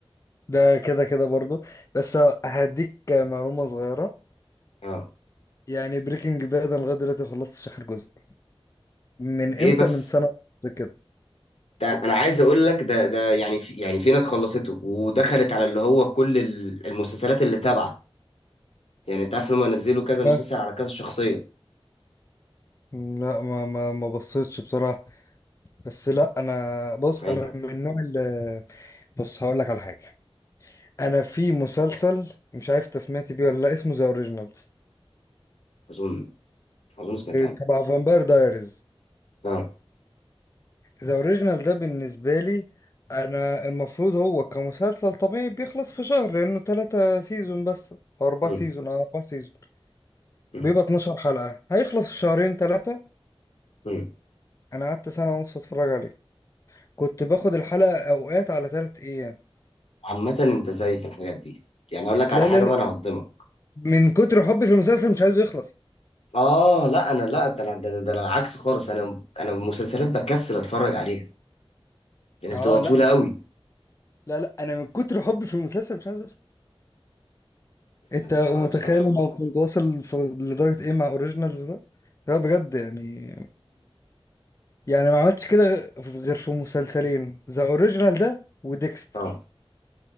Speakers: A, on the left (about 30°); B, on the left (about 85°).
A: ده كده كده برضو بس هديك معلومة صغيرة
B: اه
A: يعني بريكنج باد انا لغاية دلوقتي خلصتش آخر جزء من امتى
B: ايه بس
A: من سنة ونص كده
B: ده انا عايز اقول لك ده ده يعني في يعني في ناس خلصته ودخلت على اللي هو كل ال- المسلسلات اللي تابعه يعني انت عارف ان هم نزلوا كذا مسلسل
A: آه.
B: على كذا شخصية
A: لا ما ما ما بصيتش بصراحة بس لا انا بص
B: فايتك
A: انا من النوع اللي بص هقول لك على حاجة انا في مسلسل مش عارف انت سمعت بيه ولا لا اسمه ذا اوريجينالز
B: اظن اظن سمعت عنه
A: تبع فامباير دايريز
B: اه
A: ذا اوريجينال ده بالنسبة لي انا المفروض هو كمسلسل طبيعي بيخلص في شهر لانه تلاتة سيزون بس او اربعة
B: مم.
A: سيزون او اربعة سيزون
B: مم.
A: بيبقى 12 حلقة هيخلص في شهرين تلاتة
B: مم.
A: انا قعدت سنة ونص اتفرج عليه كنت باخد الحلقة اوقات على تلات ايام
B: عامة انت زي في الحاجات دي يعني اقول لك على
A: لا
B: حاجة
A: لا لا
B: بقى انا هصدمك
A: من كتر حبي في المسلسل مش عايزه يخلص
B: اه لا انا لا ده أنا- ده أنا- ده أنا العكس خالص انا انا المسلسلات بكسل اتفرج عليها لان
A: اه
B: بتبقى
A: لا
B: طويله قوي
A: لا لا انا من كتر حبي في المسلسل مش عايزه يخلص انت
B: انا
A: متخيل
B: انا بصراحه
A: انا كنت واصل في- لدرجة ايه مع اوريجينالز ده لا بجد يعني يعني ما عملتش كده غير في مسلسلين ذا اوريجينال ده وديكستر
B: اه